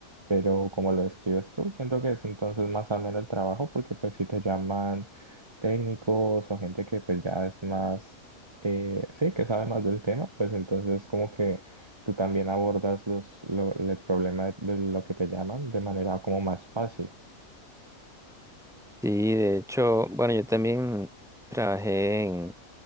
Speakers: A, on the right; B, in the centre.
A: pero como lo describes tú, siento que es entonces más ameno el trabajo porque pues si te llaman técnicos o gente que pues ya es más, eh, sí, que sabe más del tema, pues entonces como que tú también abordas los, lo- el problema de, de lo que te llaman de manera como más fácil.
B: Sí, de hecho, bueno, yo también trabajé en